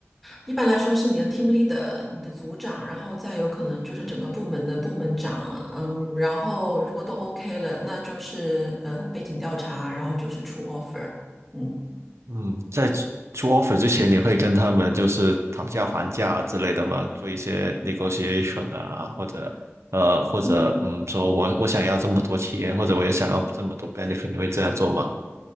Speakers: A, in the centre; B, on the right (about 75°).
A: 一般来说是你的 team leader、你的组长，然后再有可能就是整个部门的部门长，嗯，然后如果都 OK 了，那就是呃背景调查，然后就是出 offer，嗯。
B: 嗯，在出出 offer 之前，你会跟他们就是讨价还价之类的吗？做一些 negotiation 啊，或者呃，或者嗯，
A: 嗯
B: 说我我想要这么多钱，或者我也想要这么多 benefit，你会这样做吗？